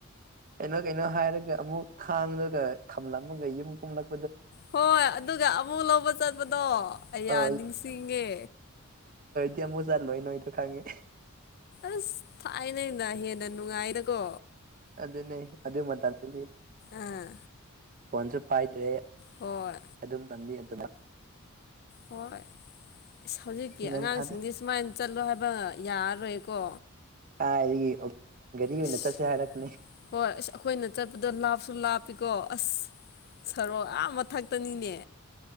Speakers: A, on the right (about 40°); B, on the left (about 50°).
A: ꯀꯩꯅꯣ ꯀꯩꯅꯣ ꯍꯥꯏꯔꯒ ꯑꯃꯨꯛ ꯊꯥꯡꯂꯒ ꯊꯝꯂꯝꯃꯒ ꯌꯨꯝ ꯀꯨꯝꯂꯛ
B: ꯍꯣꯏ ꯑꯗꯨꯒ ꯑꯃꯨꯛ ꯂꯧꯕ ꯆꯠꯄꯗꯣ ꯑꯩꯌꯥ
A: ꯑ
B: ꯅꯤꯡꯁꯤꯡꯉꯦ
A: ꯏ ꯃꯣꯏ ꯆꯥ ꯂꯣꯏꯅꯣꯣꯏꯣ ꯈꯥꯉꯦ
B: ꯑꯁ ꯊꯥꯏꯅꯦꯅ ꯍꯦꯟꯅ ꯅꯨꯡꯉꯥꯏꯅꯀꯣ
A: ꯑꯗꯨꯅꯤ ꯑꯗꯨ ꯃꯇꯝꯗꯗꯤ
B: ꯑꯥ
A: ꯐꯣꯟꯁꯨ ꯄꯥꯏꯗ꯭ꯔꯦ
B: ꯍꯣꯏ
A: ꯑꯗꯨꯝ ꯇꯟꯤ ꯑꯗꯨ ꯑꯗꯨꯃ
B: ꯍꯣꯏ ꯍꯧꯖꯤꯛꯀꯤ
A: ꯒ꯭ꯌꯥꯟ
B: ꯑꯉꯥꯡꯁꯤꯡꯗꯤ
A: ꯇꯥꯗꯦ
B: ꯁꯨꯃꯥꯏꯅ ꯆꯠꯂꯣ ꯍꯥꯏꯕ ꯏ ꯌꯥꯔ ꯑꯣꯏꯣꯏꯀꯣ
A: <inaudible>
B: ꯑꯁ
A: ꯆꯠꯁꯦ ꯍꯥꯏꯔꯛꯀꯅꯤ
B: ꯍꯣꯏ ꯑꯁ ꯑꯩꯈꯣꯏꯅ ꯆꯠꯄꯗ ꯂꯥꯞꯁꯨ ꯂꯥꯞꯄꯤꯀꯣ ꯑꯁ ꯁꯔꯣꯛ ꯑꯌꯥꯝ ꯃꯊꯛꯇꯅꯤꯅꯦ